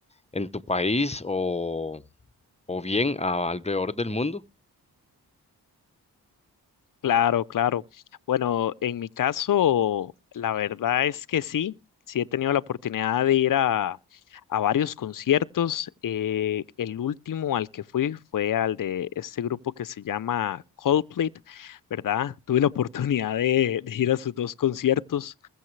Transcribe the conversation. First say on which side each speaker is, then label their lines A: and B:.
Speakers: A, on the left (about 15°); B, on the left (about 55°).
A: en tu país o, o bien a- alrededor del mundo?
B: Claro, claro. Bueno, en mi caso, la verdad es que sí, sí he tenido la oportunidad de ir a, a varios conciertos. Eh, el último al que fui fue al de este grupo que se llama Coldplay, ¿verdad? Tuve la <laughs> oportunidad de, de ir a sus dos conciertos